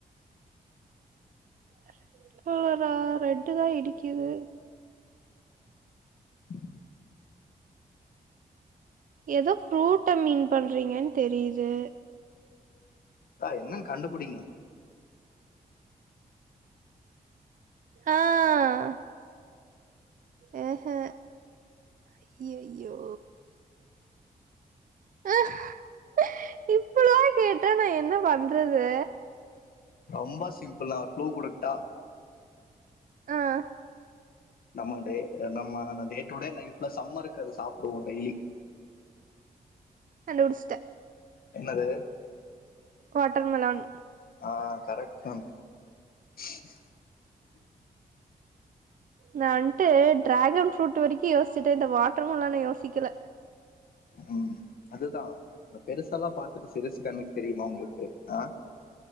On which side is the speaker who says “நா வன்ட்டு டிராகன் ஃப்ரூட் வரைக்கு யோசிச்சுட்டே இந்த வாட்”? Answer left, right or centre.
Right